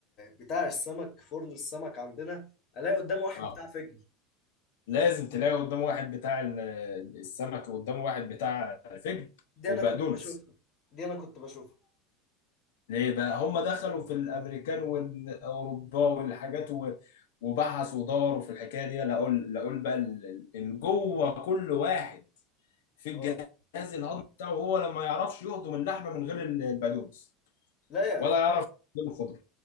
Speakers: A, on the left; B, on the left.
A: بتاع السمك فرن السمك عندنا ألاقي قدام واحد
B: اه
A: بتاع فجل
B: لازم تلاقي قدامه واحد بتاع ال- السمك وقدامه واحد بتاع فجل
A: دي
B: وبقدونس
A: أنا كنت بشوفها دي أنا كنت بشوفها
B: ليه بقى هم دخلوا في الامريكان والاوروبا والحاجات و- وبحثوا ودوروا في الحكايه دي لقوا لقوا بقى ال- ال- جوه كل واحد في الجهاز
A: أه
B: الهضمي بتاعه هو لما يعرفش يهضم اللحمه من غير ال- البقدونس
A: لا يا
B: ولا
A: أخي
B: يعرف يهضم الخضره